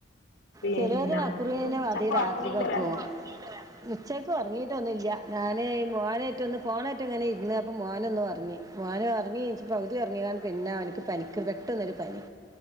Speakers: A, on the left; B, on the right.
A: പിന്നെ
B: ചെലോര് വ <inaudible>
A: ഉച്ചക്ക്
B: മതി രാത്രികക്കും
A: ഉറങ്ങീലേ
B: ഒറങ്ങീട്ടില്ലേ <unintelligible> ഉച്ചക്ക് ഒറങ്ങിയിട്ടൊന്നുല്ലൃ ഞാൻ മോനായിട്ടൊന്ന് ഫോണേയിട്ട് ഇങ്ങനെ ഇരുന്ന് അപ്പം മോന്നൊറങ്ങി മാനു ഒറങ്ങി നീച്ച് പകുതി ഒറങ്ങീങ്ങാണ്ട് പിന്നെ അവനിക്ക് പനിക്ക്ന്ന് ട്ടെന്നൊരു പനി